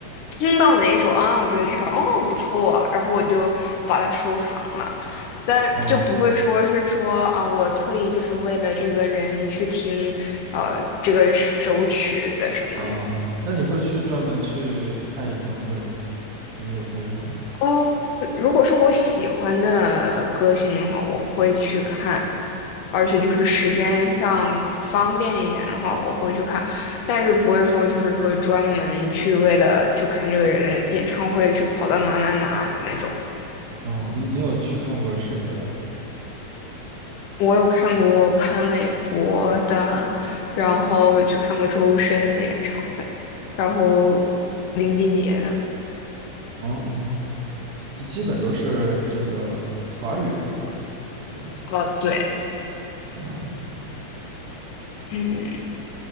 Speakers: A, on the left; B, on the right.
A: 听到哪首啊，我觉得这首哦不错，然后我就把它收藏了，但就不会说是说啊，
B: 啊，
A: 我特意就是为了这个人去听呃这个首曲子什么的。
B: 啊，那你会去专门去看演唱会吗？你也会是
A: 哦，如果是我喜欢的歌星的话，我会去看，而且就是时间上方便一点的话，我会去看，但是不会说就是说专门去为了就看这个人的演唱会去跑到哪哪哪那种。
B: 啊？你你有去看过谁的呀？
A: 我有看过潘玮柏的，然后有去看过周深的演唱会，然后林俊杰的。
B: 哦，就基本都是这个国华语的是吧？就
A: 哦，对，
B: 嗯
A: 嗯。